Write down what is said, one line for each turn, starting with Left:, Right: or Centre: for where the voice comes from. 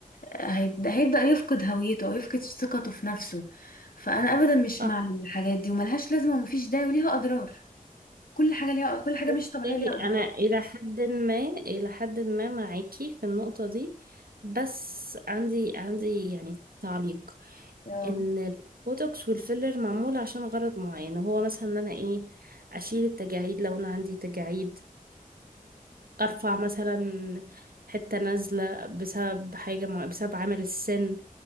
Left: آه، هيبدأ هيبدأ يفقد هويته او يفقد ثقته في نفسه فانا ابدا مش
Right: صح
Left: مع الحاجات دي وملهاش لازمة ومفيش داعي وليها اضرار كل حاجة ليها كل حاجة
Right: بصي
Left: مش طبيعية ليها اضرار
Right: انا الى حد ما الى حد ما معاكي في النقطة دي بس عندي عندي يعني تعليق
Left: اه
Right: ان البوتوكس والفيلر معمول عشان غرض معين هو مثلا ان انا ايه اشيل التجاعيد لو انا عندي تجاعيد ارفع مثلا حتة نازلة بسبب حاجة مع... بسبب عمل السن